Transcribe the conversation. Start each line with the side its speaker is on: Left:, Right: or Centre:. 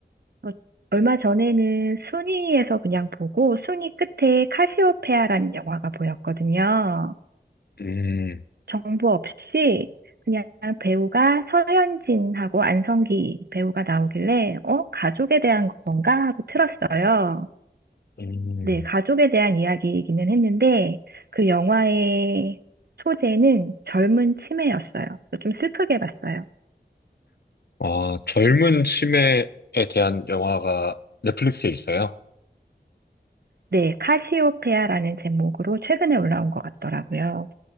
Right: 어, 얼마 전에는 순위에서 그냥 보고 순위 끝에 카시오페아라는 영화가 보였거든요.
Left: 음,
Right: 정보 없이 그냥 배우가 서현진하고 안성기 배우가 나오길래, 어, 가족에 대한 건가? 하고 틀었어요.
Left: 음.
Right: 네, 가족에 대한 이야기이기는 했는데, 그 영화의 소재는 젊은 치매였어요. 그래서 좀 슬프게 봤어요.
Left: 아, 젊은 치매에 대한 영화가 넷플릭스에 있어요?
Right: 네, 카시오페아라는 제목으로 최근에 올라온 것 같더라고요.